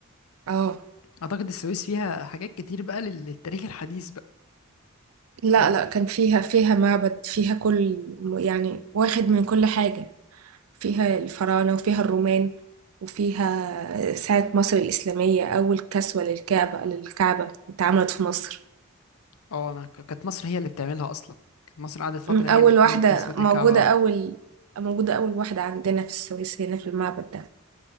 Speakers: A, on the right; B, on the left.
A: اه
B: أعتقد السويس فيها حاجات كتير بقى لل- للتاريخ الحديث بقى
A: لا
B: حرب
A: لا كان فيها فيها معبد فيها كل يعني واخد من كل حاجة فيها الفراعنة وفيها الرومان وفيها ساعة مصر الإسلامية أول كسوة للكعبة للكعبة اتعملت في مصر
B: أه أنا ك- كانت مصر هي اللي بتعملها أصلا كانت مصر قعدت فترة
A: م، أول
B: هي اللي بتعمل
A: واحدة
B: كسوة
A: موجودة
B: الكعبة أه
A: أول موجودة أول واحدة عندنا في السويس هنا في المعبد